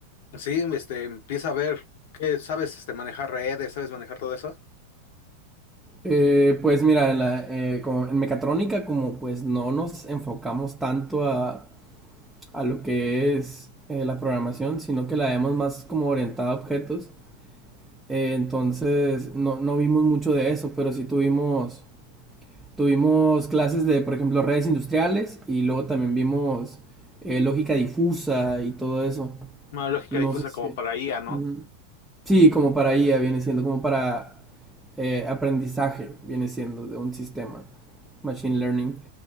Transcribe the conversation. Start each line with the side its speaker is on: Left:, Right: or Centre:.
Left: sí, este, empieza a ver que sabes, este, manejar redes, sabes manejar todo eso.
Centre: Eh, pues mira, en, la- eh, como en mecatrónica como pues no nos enfocamos tanto a, a lo que es eh, la programación, sino que la vemos más como orientada a objetos. Eh, entonces no, no vimos mucho de eso, pero sí tuvimos Tuvimos clases de, por ejemplo, redes industriales y luego también vimos eh, lógica difusa y todo eso.
Left: Una lógica
Centre: No
Left: difusa
Centre: sé si...
Left: como para IA, ¿no?
Centre: ujú. Sí, como para IA viene siendo, como para eh, aprendizaje viene siendo de un sistema, machine learning.